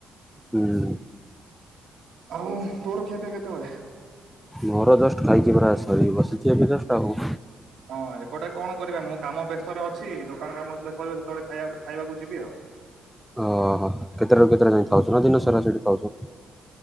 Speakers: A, in the centre; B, on the right.
A: ହୁଁ।
B: ଆଉ ତୋର ଖିଆ ପିଆ କେତେ ବେଳେ?
A: ମୋର ଜଷ୍ଟ ଖାଇଛି ପରା ସରିକି ବସିଛି ଏବେ ଜଷ୍ଟ ଆଉ।
B: ହଁ ଏପଟେ କଣ କରିବା ମୁଁ କାମ ବ୍ୟସ୍ତରେ ଅଛି ଦୋକାନ କାମ ଯେତେବେଳେ ସରିବ ସେତେବେଳେ ଖାଇବା ଖାଇବାକୁ ଯିବି ଆଉ।
A: ଓହୋ କେତେଟାରୁୁ କେତୋଟା ଯାଇଁ ଥାଉଛୁ ନା ଦିନ ସାରା ସେଠି ଥାଉଛୁ?